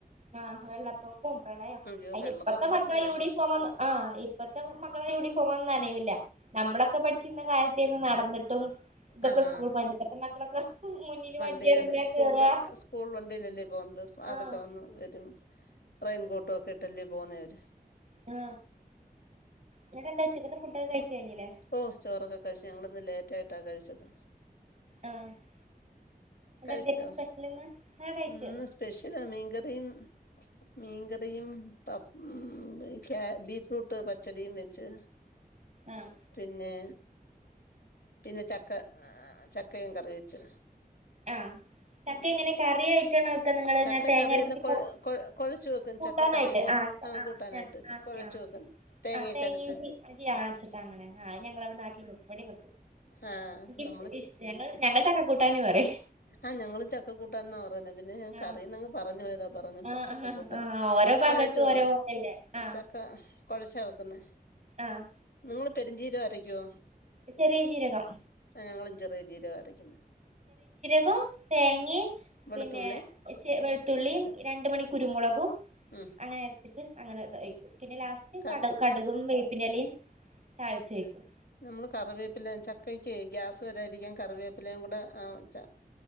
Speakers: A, on the right; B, on the left.
A: ആ വെള്ളപ്പൊക്കവും പ്രളയം
B: അയ്യോ
A: അതിന്
B: വെള്ളപ്പൊക്കം
A: ഇപ്പത്തെ
B: വരുന്ന
A: മക്കളെ
B: വിഷമം
A: യൂണിഫോമൊന്നും ആ ഇപ്പത്തെ മക്കളെ യൂണിഫോമൊന്നും ന നനയൂല നമ്മളൊക്കെ പഠിച്ചിരുന്ന കാലത്തേനു നടന്നിട്ടും <unintelligible>
B: ആഹ് ണ്ടി സ്കൂൾ
A: കേറാ
B: സ്കൂൾ വണ്ടിലല്ലേ പോന്നത് വാ
A: ആഹ്
B: തക്കെ വന്ന് വരും റെയിൻകോട്ടും ഒക്കെ ഇട്ടല്ലേ പോവുന്നേ അവര്
A: ആ ഇങ്ങട്ടെന്താ ഉച്ചക്കത്തെ ഫുഡോക്കെ കഴിച്ച് കഴിഞ്ഞില്ലേ
B: ഓ ചോറൊക്കെ കഴിച്ചു ഞങ്ങളിന്നുലേറ്റ് ട്ടെ ട്ടാ കഴിച്ചത്
A: എന്നിട്ട്
B: കഴിച്ചോ
A: എന്തായിരുന്നു സ്പെഷ്യൽ ഇന്ന് ആഹ് കഴിച്ചു
B: ഇന്ന് സ്പെഷ്യലാ മീൻകറിയും മീൻകറിയും ഉ കാ ബീറ്റ്റൂട്ട് പച്ചടിയും വെച്ച്
A: ആഹ്
B: പിന്നെ പിന്നെ ചക്ക ചക്കയും കറി വെച്ച്
A: ആ ചക്ക
B: ഉം
A: എങ്ങനെ കറിയായി <unintelligible>
B: ചക്ക
A: നി തേങ്ങ
B: കറിയെല്ലാം
A: അരച്ചിട്ട്
B: കൊഴ
A: കൂട്ടാ
B: കൊഴ കൊഴച്ചു വെക്കും
A: കൂട്ടാനായിട്ട്
B: ചക്ക കറിന്ന്
A: ആ ആ
B: കൂട്ടാനായിട്ട്
A: ആ
B: കുഴച്ചു വെക്കും തേങ്ങയൊക്കെ
A: ആ തേങ്ങ
B: അരച്ച്
A: അരച്ചിട്ടാ അങ്ങനെ ആ ഞങ്ങളവിടെ നാട്ടിൽ മുപ്പടി
B: ആ
A: ഇഷ്
B: നമ്മള്
A: ഇഷ്‌ടാ ഞങ്ങൾ ഞങ്ങൾ ചക്കക്കൂ ട്ടാൻ പറയ്
B: ആ ഞങ്ങളും ചക്ക കൂട്ടാനെന്നാ പറയുന്നേ പിന്നെ ഞാൻ കറീന്നങ്
A: ആഹ്
B: പറഞ്ഞു പോയതോ പറഞ്ഞപ്പൊ
A: ആഹ്
B: ചക്കക്കൂട്ടാൻ
A: ആഹ് ആഹ് ഓരോ ഭാഗത്തും
B: കൊഴച്ചു വെക്കും
A: ഓരോ ഇതല്ലേ ആഹ്
B: ചക്ക കൊഴച്ചാ വെക്കുന്നേ
A: ആഹ്
B: നിങ്ങള് പെരുംജീരകം അരയ്ക്കോ
A: ചെറിയ ജീരകം
B: ആ ഞങ്ങളും ചെറിയ ജീരകം
A: <unintelligible> തേങ്ങേം
B: വെളുത്തുള്ളി
A: പിന്നെ ഇച്ചി വെളുത്തുള്ളീം രണ്ടുമണിക്കുരൂം മുളകും
B: ഉം
A: അങ്ങനരച്ചിട്ട് അങ്ങനെ <unintelligible> പിന്നെ ലാസ്റ്റ്
B: കർ
A: കട കടുകും വേ പ്പിന്റെലിം താളിച്ച് വെക്കും
B: നമ്മള് കറിവേപ്പില ചക്കയ്ക്ക് ഗ്യാസ് വരായിരിക്കാൻ കറിവേപ്പിലേം കൂടെ ഈ ച